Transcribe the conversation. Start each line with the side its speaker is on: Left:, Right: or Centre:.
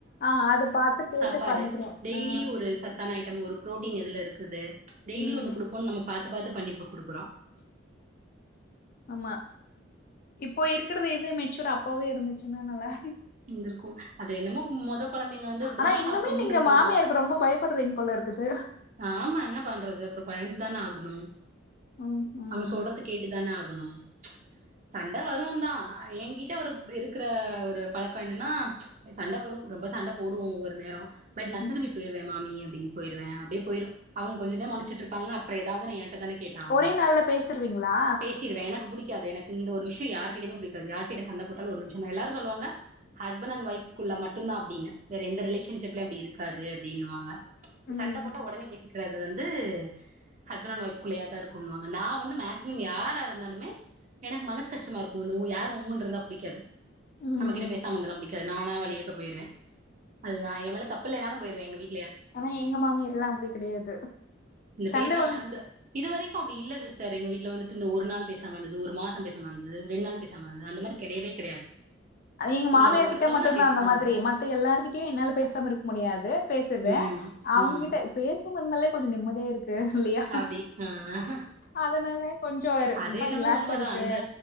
Left: ஆ அத பாத்து கேட்டு
Right: பாடு
Left: பண்ணிக்கிறோ
Right: டெய்லி
Left: ஆ
Right: ஒரு சத்தான ஐட்டம் ஒரு ப்ரோட்டீன் எதுல இருக்குது டெய்லி
Left: ம்
Right: ஒன்னு குடுப்போம்னு நம்ம பாத் து பாத்து பண்ணிட் போய் குடுக்குறோ
Left: ஆமா இப்போ இருக்குறது இது மெச்சூர் அப்பவே இருந்துச்சுன்னா நல்லா
Right: இருந்திருக்கு அது என்னமோ மொத கொழந்தைங்க வந்து இப்படிதா
Left: ஆனா இன்னுமே
Right: சாப்புட்ணுனு
Left: நீங்க
Right: இருந்திருக்கு
Left: மாமியருக்கு ரொம்ப பயப்படுறீங்க போ ல இருக்குது
Right: ஆமா என்ன பண்றது அப்புறோ பயந்துதானே ஆகணும்
Left: ம் ம்
Right: அவங்க சொல்றது கேட்டுதானே ஆ கணு சண்ட வரு தா எகிட்ட ஒருப் இருக்குற ஒரு பழக்கொ என்னன்னா சண்ட வரு கு ரொம்ப சண்ட போடுவோ ஒவ்வொரு நேரோ பட் நா
Left: ம்
Right: திரும்பி போயிருவே மாமி அப்டின்னு போயிருவே அப்டியே போயிரு அவங்க கொஞ்ச நேர மொனச்சிட்டு இருப்பாங்க அப்பறோ எதாவது நா எ ன்ட்ட தானே கேட்டாகனு
Left: ஒரே நாள்ல பேசிருவீங்களா
Right: பேசிடுவே எனக்கு புடிக் இல்ல அது எனக்கு இந்த ஒரு விஷயொ யார் கிட்டயுமே புடிக்காது யார்க்கிட்ட சண்டப்போட்டாலு ஒரு நிமிஷொதா எல்லாரு சொல்லுவங்க ஹஸ்பண்ட் அண்ட் ஒய்ஃப் குள்ள மட்டுதா அப்டினு வேற எந்த ரிலேஷன்ஷிப்லயு அப்டி இருக்காது அப்டின்னுவாங்க
Left: ம்
Right: சண்ட போட் பேசிக்கிறது வந்து ஹஸ்பண்ட் அண்ட் ஒய்ஃப்குள்ளேயா தா இருக்குனுவாங்க நா வந்து மேக்சிமம் யாரா இருந்தாலுமே எனக்கு மனசு கஷ்டமா இருக்கு இந்த ம் யாரு உம்முனு இருந்தா பிடிக்காது
Left: ம்
Right: நம்ம கிட்ட பேசாம இருந்தாலா பிடி க்காது நாலா வழியக்க போயிடுவே அது நா எ மேல தப்பில்லனாலும் போயிருவே எங்க வீ
Left: ஆனா எங்க மாமியார்ல்லா அப்டி கெடையாது
Right: இந்த
Left: சண்ட
Right: பேசாம
Left: வந்
Right: இந்த இது வரைக்கு அப்டி இல்ல சிஸ்டர் எங்க வீட்டுல வந்துட்டு இந்த ஒரு நாள் பேசாம இருந்தது ஒரு மாச பேசாம இருந் தது ரெண்டு நாள் பேசாம இருந் அந்த மாரி கெடையவே கெடையாது
Left: அ எங்க மாமியார்கிட்ட
Right: இல்ல ஒவ்வொருத்தவங்க
Left: மட்டுதா
Right: அப்டி இருப்பாங்க
Left: அந்த மாதிரி மத்த எல்லார்கிட்டயு என்னால பேசாம இருக்க முடியாது பேசுது
Right: ம்
Left: அவங்ககிட்ட
Right: ம்
Left: பேசுலனாலே கொஞ்சொ நிம்மதியா இருக் கு இல்லையா
Right: அப்டி ஆ
Left: அதனால கொஞ்சோ
Right: அது
Left: ரொம்ப
Right: என்னவோ
Left: ரிலாக்ஸா
Right: உண்மதா
Left: இருக்கு
Right: அந்த